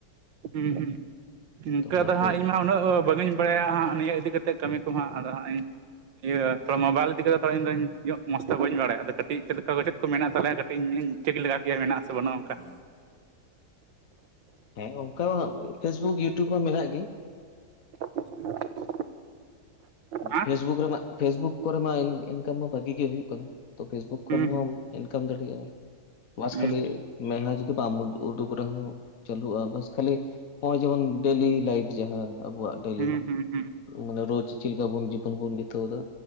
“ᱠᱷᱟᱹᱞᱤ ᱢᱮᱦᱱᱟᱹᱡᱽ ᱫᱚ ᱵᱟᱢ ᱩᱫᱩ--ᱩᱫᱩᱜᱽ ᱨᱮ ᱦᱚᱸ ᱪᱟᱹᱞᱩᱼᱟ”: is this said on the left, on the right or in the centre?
Left